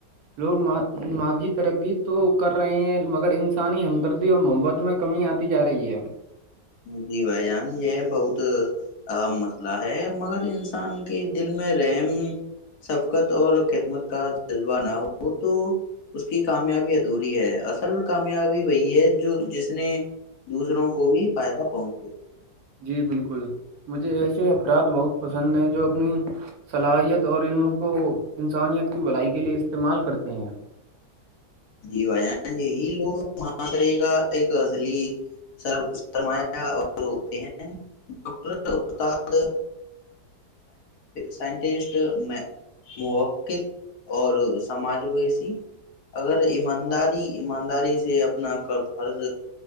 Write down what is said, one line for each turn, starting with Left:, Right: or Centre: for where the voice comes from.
Right: لوگ ماضی ترقی تو کر رہے ہیں مگر انسانی ہمدردی اور محبت میں کمی آتی جا رہی ہے
Left: جی بھائی جان یہ بہت اہم مسئلہ ہے مگر انسان کے دل میں رحم صفقت اور خدمت کا جذبہ نہ ہو تو اس کی کامیابی ادھوری ہے اصل کامیابی وہی ہے جو جس نے دوسروں کو بھی فائدہ پہنچے
Right: جی بالکل مجھے ایسے افراد بہت پسند ہیں جو اپنی صلاحیت اور ان کو انسانیت کی بھلائی کے لیے استعمال کرتے ہیں
Left: جی بھائی جان یہی لوگ معاشرے کا ایک اصلیر سرمایہ ہوتے ہیں ڈاکٹر استاد سائٹسٹ محقق اور سماج ویسی اگر ایمانداری ایمانداری سے اپنا فرض